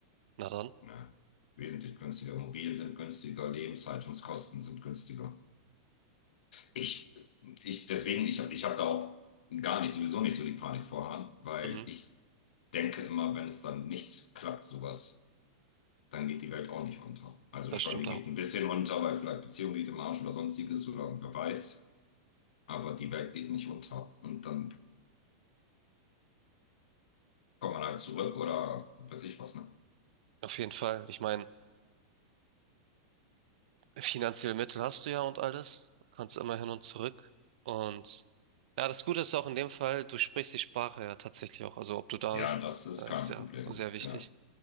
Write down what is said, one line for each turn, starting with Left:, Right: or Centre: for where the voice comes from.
Right: Na dann,
Left: Ne? Wesentlich günstiger. Immobilien sind günstiger, Lebenshaltungskosten sind günstiger. Ich, ich, deswegen, ich habe ich hab da auch gar nicht, sowieso nicht so die Panik vorhaben, weil
Right: mhm.
Left: ich denke immer, wenn es dann nicht klappt, sowas, dann geht die Welt auch nicht unter. Also
Right: Das
Left: schon,
Right: stimmt
Left: die
Right: auch.
Left: geht ein bisschen unter, weil vielleicht Beziehung geht im Arsch oder sonstiges oder wer weiß. Aber die Welt geht nicht unter. Und dann kommt man halt zurück oder weiß ich was, ne?
Right: Auf jeden Fall. Ich meine, finanzielle Mittel hast du ja und alles. Kannst immer hin und zurück. Und ja, das Gute ist auch in dem Fall, du sprichst die Sprache ja tatsächlich auch. Also, ob du da
Left: Ja,
Right: bist,
Left: das ist
Right: das
Left: kein
Right: ist ja
Left: Problem.
Right: sehr wichtig.
Left: Ja.